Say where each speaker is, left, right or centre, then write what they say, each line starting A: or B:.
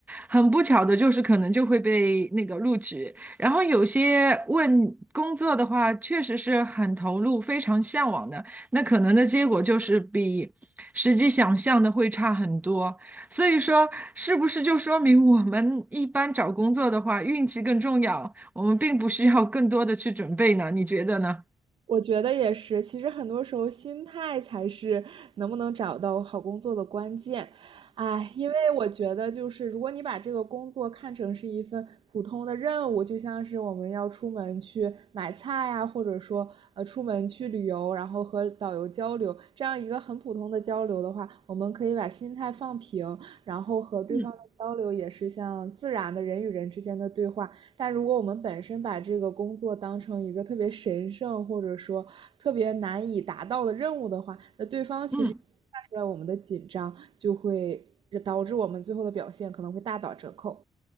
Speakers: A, on the right; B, on the right.
A: 很不巧的就是，可能就会被那个录取。然后有些问工作的话，确实是很投入、非常向往的，那可能的结果就是比实际想象的会差很多。所以说，是不是就说明我们一般找工作的话，运气更重要？我们并不需要更多的去准备呢，你觉得呢？
B: 我觉得也是，其实很多时候心态才是能不能找到好工作的关键。哎，因为我觉得就是，如果你把这个工作看成是一份普通的任务，就像是我们要出门去买菜呀、或者说呃出门去旅游，然后和导游交流，这样一个很普通的交流的话，我们可以把心态放平，然后和对方的交流也是像自然的人与人之间的对话，
A: 嗯
B: 但如果我们本身把这个工作当成一个特别神圣或者说特别难以达到的任务的话，那对方其实看出来我们的紧张，
A: 嗯，
B: 就会导致我们最后的表现可能会大打折扣。